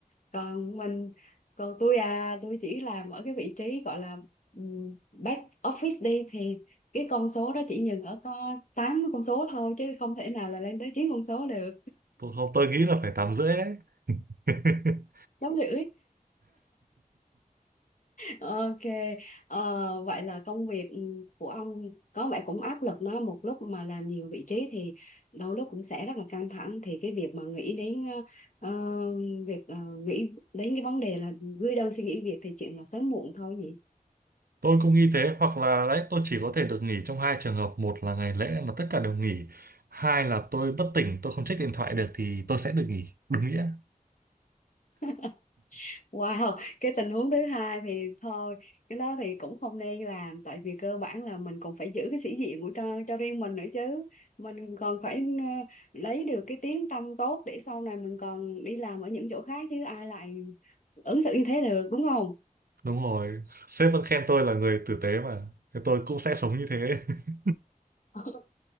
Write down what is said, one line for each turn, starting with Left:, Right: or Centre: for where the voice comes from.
Left: còn mình còn tôi à tôi chỉ làm ở cái vị trí gọi là ừm, back office đi thì cái con số đó chỉ dừng ở có 8 con số thôi chứ không thể nào là lên tới 9 con số được
Right: tôi không tôi nghĩ là phải tám rưỡi đấy <laughs>
Left: giống như Ok, ờ, vậy là công việc ừ, của ông có vẻ cũng áp lực đó một lúc mà làm nhiều vị trí thì đôi lúc cũng sẽ rất là căng thẳng thì cái việc mà nghĩ đến ờ, ờ, việc ờ, nghĩ đến cái vấn đề là gửi đơn xin nghỉ việc thì chuyện là sớm muộn thôi
Right: tôi cũng nghĩ thế hoặc là đấy tôi chỉ có thể được nghỉ trong hai trường hợp một là ngày lễ mà tất cả đều nghỉ hai là tôi bất tỉnh tôi không check điện thoại được thì tôi sẽ được nghỉ đúng nghĩa
Left: nhỉ Wow, cái tình huống thứ hai thì thôi, cái đó thì cũng không nên làm tại vì cơ bản là mình cũng phải giữ cái sĩ diện của cho cho riêng mình nữa chứ. Mình còn phải ờ, lấy được cái tiếng tăm tốt để sau này mình còn đi làm ở những chỗ khác chứ ai lại ứng xử như thế được đúng không?
Right: Đúng rồi, sếp vẫn khen tôi là người tử tế mà. Thế tôi cũng sẽ sống như thế. <laughs>
Left: <laughs>